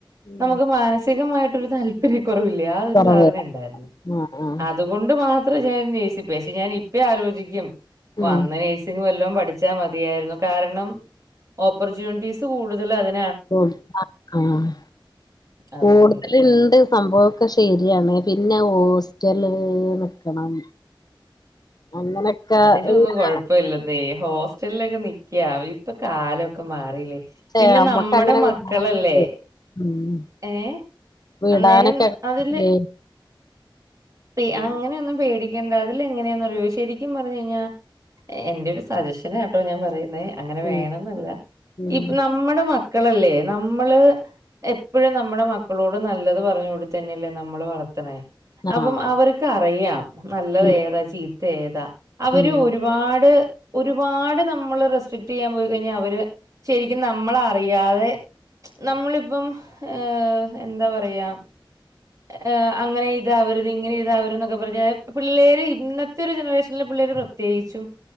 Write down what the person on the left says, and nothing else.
ഉം
കൊറവേ
ആഹ് ആഹ്
ഉം
ഓഹ് ആഹ് ആഹ്
കൂടുതല്ണ്ട് സംഭവൊക്കെ ശെര്യാണ്. പിന്നെ ഹോസ്റ്റലോ നിക്കണം. അങ്ങനൊക്കെ
ഇങ്ങനെ
ചെ
അമ്മക്ക്
അങ്ങനെ
വിടാനൊക്കെ ഉം
വിടാനൊക്കെ
പേ
ഉം ഉം
ആഹ്
ഉം
ഉം